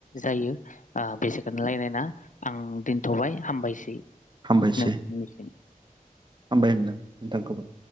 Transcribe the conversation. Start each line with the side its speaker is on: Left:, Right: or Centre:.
Left: जायो बेखौ ओ रायलायना आं दोनथबाय हामबायसै।
Right: हामबायसै
Left: नोंथांनिसिम।
Right: हामबाय होनदों नोंथांखौबो।